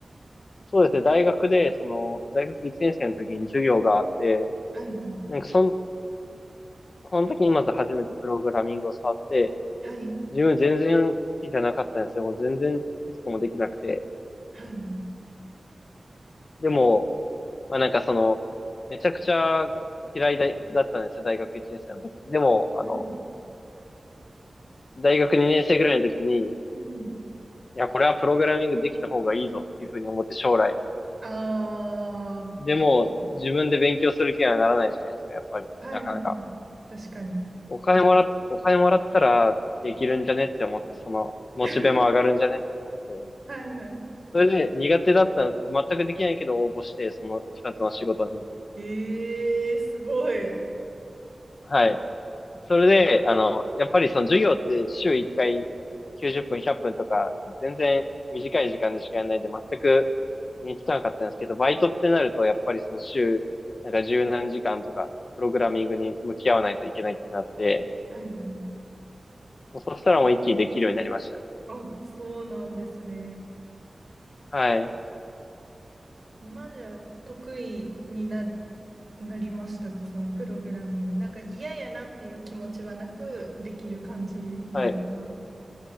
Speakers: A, on the left; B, on the right.
A: そうですね。大学で、その、大学1年生の時に授業があって、
B: はいはい。
A: なんかそん、その時にまず初めてプログラミングを触って、
B: はい。
A: 自分全然好きじゃなかったんですよ。もう全然テストもできなくて。
B: はいはい。
A: でも、まあなんかその、めちゃくちゃ嫌いだ、だったんですよ。大学1年生の時。でも、あの、
B: はいはい。
A: 大学2年生ぐらいの時に、い
B: うんうん。
A: や、これはプログラミングできた方がいいぞっていうふうに思って将来。
B: あ
A: でも、自分で勉強する気にはならないじゃないですか、やっぱり。
B: あ、はいはいはい。
A: なかなか。
B: 確かに。
A: お金もらっ、お金もらったらできるんじゃねって思って、その、モチベも上がるんじゃねって思って。
B: <laughs> はいは
A: それで苦手だったの、全くできないけど応募して、その二つの仕事に。
B: い。ええすごい。
A: はい。それで、あの、やっぱりその授業って週1回90分、100分とか、全然短い時間でしかやらないで、全くにつかなかったんですけど、バイトってなると、やっぱりその週、なんか十何時間とか、プログラミングに向き合わないといけないってなって、
B: はいはい。
A: もうそしたらもう一気にできるようになりましたね。
B: あ、そうなんですね。
A: はい。
B: 今じゃ得意にな、なりましたか、そのプログラミング。なんか嫌やなっていう気持ちはなくできる感じなんですか
A: はい。